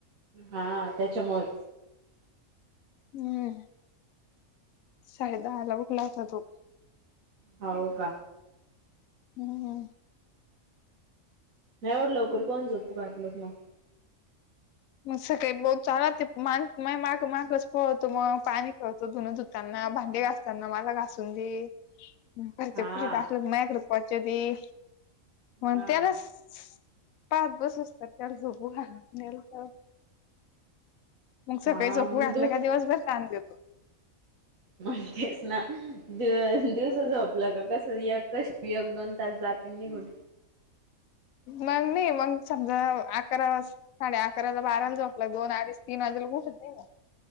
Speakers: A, on the right; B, on the left.
A: हा त्याच्यामुळे
B: हम्म, साडेदहाला उठला होता तो.
A: हाव का?
B: हम्म.
A: येवल लवकर कोण झोपू घातलंत म?
B: मग सकाळी मो चाला ते मा माया मागं मागंच पळंतो म पानी खेळतो, धुनं त्यांना भांडे घासतांना मला घासून दे घरच्या
A: हा.
B: प्लेट असलं की माझ्याकडे पोहच दे पण
A: हा.
B: त्यालाच पाआत बसुस्तर त्याला झोपू घालह्न्याला. म सकाळी
A: हा
B: झोपू घातलं
A: दु
B: का दिवसभर ताण देतो.
A: माहितीस्सह ना? दिव दिवसा झोपला का कसं? येकच योक दोन तास जात्यात निघून.
B: मंग नायी मंग समजा अकरा वास साडे अकराला बाराला जोपला, दोन, आडीच, तीन वाजेलोक उठत नाही ना.